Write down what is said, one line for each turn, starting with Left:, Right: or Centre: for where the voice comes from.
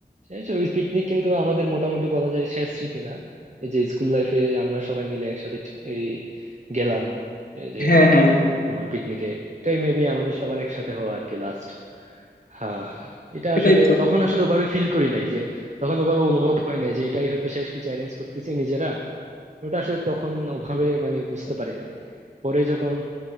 Right: শেষ ওই পিকনিক কিন্তু আমাদের মোটামুটি বলা যায় শেষ স্মৃতি না এই যে স্কুল লাইফে আমরা সবাই মিলে একসাথে টি- এই গেলাম এই যে
Left: হ্যাঁ হ্যাঁ হ্যাঁ
Right: তোমার পিকনিকে এটাই মেবি আমাদের সবার একসাথে হওয়া আর কি লাস্ট হ্যাঁ এটা
Left: সেটাই
Right: আসলে
Left: তো
Right: তখন আসলে ওভাবে ফিল করি নাই যে তখন ওভাবে অনুভব হয় নাই যে এটাই হয়তো শেষ কিছু অ্যারেঞ্জ করতেছি নিজেরা ওটা আসলে তখন ওভাবে মানে বুঝতে পারি নাই পরে যখন